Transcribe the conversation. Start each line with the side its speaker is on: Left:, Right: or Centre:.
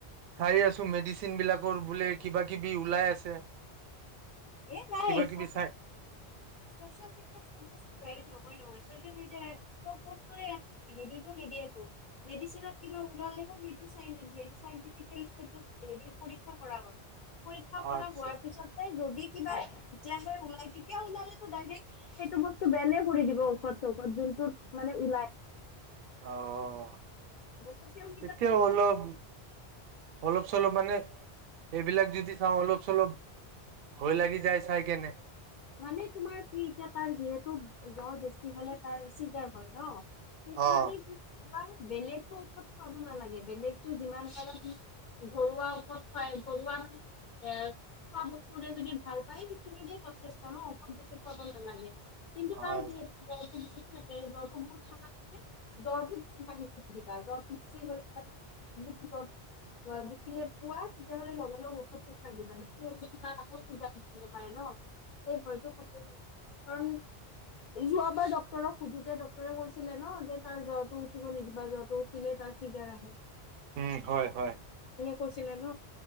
Right: চাই আছো মেডিচিন বিলাকৰ বোলে কিবা কিবি ওলাই আছে।
Left: এ নাই
Right: কিবা
Left: <unintelligible>
Right: কিবি চাই
Left: চচিয়েল মিডিয়াত <unintelligible> নহয় নহয় চচিয়েল মিডিয়াই, চব বস্তুৰে হেৰিটো নিদিয়েটো, মেডিচিনত কিবা ওলালেও সেইটো চাই নিদিয়ে সেইটো চাইনটিফিকেলী সেইটোত হেৰি পৰীক্ষা কৰা হল। পৰীক্ষা কৰা
Right: আচ্ছা
Left: হোৱাৰ পিছতহে যদি কিবা <unintelligible> ওলাই তেতিয়া ওলালেটো ডাইৰেক্ট সেইটো বস্তু বেনে কৰি দিব ঔষধ চৌষধ যোনটোত মানে ওলাই।
Right: অ'।
Left: চচিয়েল মিডিয়াটো
Right: এতিয়া অলপ অলপ চলপ মানে সেইবিলাক যদি চাওঁ অলপ চলপ ভয় লাগি যায় চাই কেনে
Left: মানে তোমাৰ কি এতিয়া তাৰ যিহেতু জ্বৰ বেছি হলে তাৰ চিজাৰ হয় ন? সেইকাৰনে
Right: অ
Left: কি <unintelligible> বেলেগটো ওষধ খুৱাব নালাগে। বেলেগটো যিমান পাৰে <unintelligible> ঘৰুৱা ঔষধ খুৱাই ঘৰুৱা মানে এ খোৱা বস্তুৰে যদি ভাল পায় সেইখিনি দিয়ে <unintelligible> ন' ঔষধ বেছি খুৱাব নালাগে।
Right: অ
Left: কিন্তু তাৰ <unintelligible> <unintelligible> জ্বৰটো বহুত <unintelligible> জ্বৰটো বেছি বাঢ়িব নিদিবা। জ্বৰ গুচি গল <unintelligible> জুখিলে পোৱা তেতিয়াহ'লে লগালগ ঔৰতটো খুৱাই দিবা। ‌ <unintelligible> উঠিব পাৰে ন। সেই ভয়টো থাকে <unintelligible> কাৰণ যোৱাবাৰ ডক্তৰক সোধোতে ডক্তৰে কৈছিলে ন' যে তাৰ জ্বৰটো উঠিব নিদিবা জ্বৰটো উঠিলে তাৰ চিজাৰ আহে।
Right: উম, হয় হয়।
Left: পচিলে ন'?